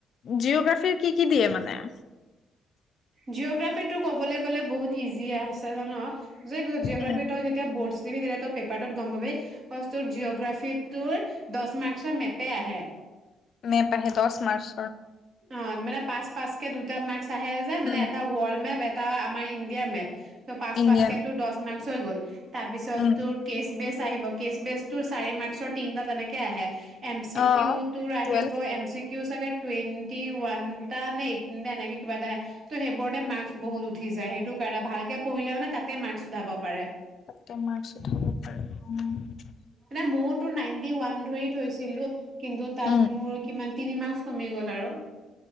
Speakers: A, on the left; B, on the right.
A: জিঅগ্ৰাফিৰ কি কি দিয়ে মানে
B: জিঅ'গ্ৰাফিটো কবলৈ গলে বহুত ইজি আছে জান য জিঅগ্ৰাফীৰ
A: উম
B: তাৰ এতিয়া বৰ্ডছ দিব এটা পেপাৰ ত গম পাবি বস্তুৰ জিঅ'গ্ৰাফিত তোৰ দছ মাৰ্ক্সৰ মেপে আহে।
A: মেপ আহে দছ মাৰ্ক্স
B: অ মানে পাঁচ পাঁচ কে দুটা মাৰ্ক্স আহে যে মানে
A: উম
B: এটা ৱৰ্ল্ড মেপ এটা আমাৰ ইণ্ডিয়াৰ মেপ, ত পাঁচ
A: ইণ্ডিয়ান
B: পাঁচকেতো দছ মাৰ্ক, হৈ গ'ল, তাৰ পিছত,
A: উম
B: তোৰ কেচ বেচ, আহিব কেচ বেচ টো চাৰি মাৰ্ক্সৰ তিনিটা এনেকে আহে, এম চি
A: অ
B: কিউ তোৰ আহিব
A: টুৱেলভ
B: এম চি কিউ চাগে, টোৱেন। টি ওৱান এটা নে, এইট এনেকে কিবা এটা আহে। ত সেইবোৰতে মাৰ্ক্স বহু উ- উঠি যায় সেইটো কাৰণে ভালকে পঢ়িলে মানে তাতে মাৰ্ক্স উঠাব পাৰে।
A: তাতে মাৰ্ক্স উঠাব পাৰে।
B: মানে মইতো নাইনটি ওৱান ধৰি থৈছিলো। কিন্তু তাত
A: উম,
B: মোৰ কিমান, তিনি মাৰ্ক্স কমি গ'ল আৰু,